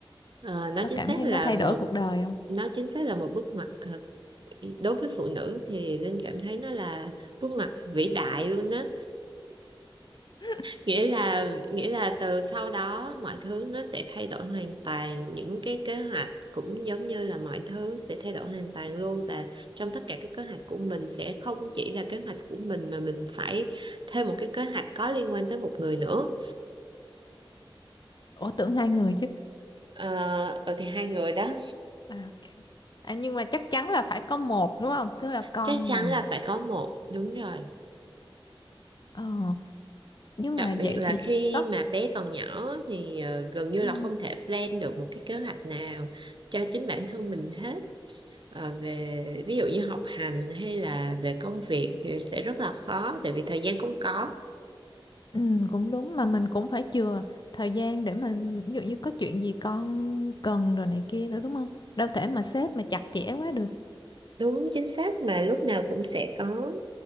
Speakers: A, on the right; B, on the left.
A: Ờ, nó
B: có
A: chính
B: cảm
A: xác
B: thấy
A: là
B: nó thay
A: một
B: đổi cuộc đời không
A: nó chính xác là một bước ngoặt ờ, đối với phụ nữ thì Linh cảm thấy nó là bước ngoặt vĩ đại luôn đó
B: <laughs>
A: nghĩa là nghĩa là từ sau đó mọi thứ nó sẽ thay đổi hoàn toàn những cái kế hoạch cũng giống như là mọi thứ sẽ thay đổi hoàn toàn luôn và trong tất cả các kế hoạch của mình sẽ không chỉ là kế hoạch của mình mà mình phải thêm một cái kế hoạch có liên quan tới một người nữa
B: ủa tưởng hai người chứ
A: ờ ờ, thì hai người đó
B: à, ok. à, nhưng mà chắc chắn là phải có một đúng không tức là con
A: chắc chắn
B: mình
A: là phải có một đúng rồi
B: ờ, nhưng
A: Đặc
B: mà
A: biệt
B: vậy
A: là
B: thì
A: khi
B: có
A: mà bé còn nhỏ á, thì ờ, gần như
B: ừ,
A: là không thể plan được một cái kế hoạch nào cho chính bản thân mình hết. Ờ, về ví dụ như học hành hay là về công việc thì sẽ rất là khó tại vì thời gian không có.
B: Ừ, cũng đúng mà mình cũng phải chừa thời gian để mà ví dụ như có chuyện gì con cần rồi này kia nữa đúng không? Đâu thể mà xếp mà chặt chẽ quá được.
A: Đúng chính xác mà lúc nào cũng sẽ có